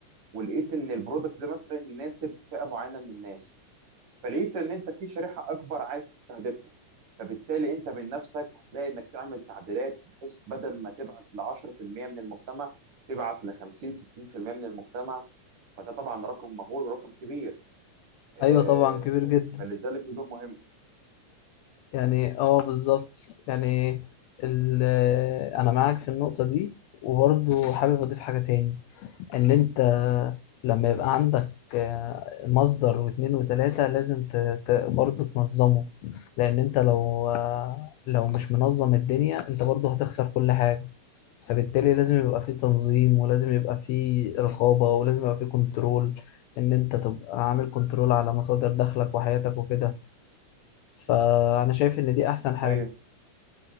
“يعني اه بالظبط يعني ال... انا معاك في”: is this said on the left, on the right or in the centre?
Left